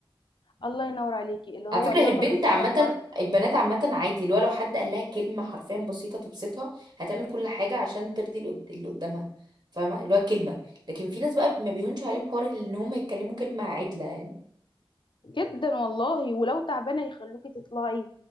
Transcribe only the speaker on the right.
على فكرة
هي البنت
عامة
البنات عامة عادي اللي هو لو حد قال لها كلمة حرفيا بسيطة تبسطها هتعمل كل حاجة عشان ترضي اللي قد- اللي قدامها فاهمة اللي هو كلمة لكن في ناس بقى ما بيهونش عليهم حوار ان هم يتكلموا كلمة عدلة يعني